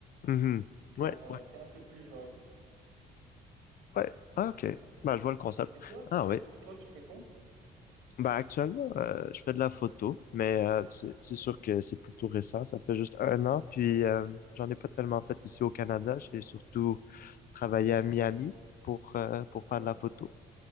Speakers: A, on the left; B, on the right.
A: Mhm.
B: Genre,
A: Ouais,
B: euh,
A: ouais,
B: c'est un peu plus vague.
A: ouais. Ah, OK. Ben, je vois le concept.
B: Et toi, tu
A: Ah
B: fais,
A: oui.
B: et toi, tu fais quoi?
A: Ben actuellement, euh, je fais de la photo, mais euh, c'est c'est sûr que c'est plutôt récent. Ça fait juste un an, puis euh, j'en ai pas tellement
B: Ouais,
A: fait ici au Canada. J'ai surtout travaillé à Miami pour euh, pour faire
B: ouais.
A: de la photo.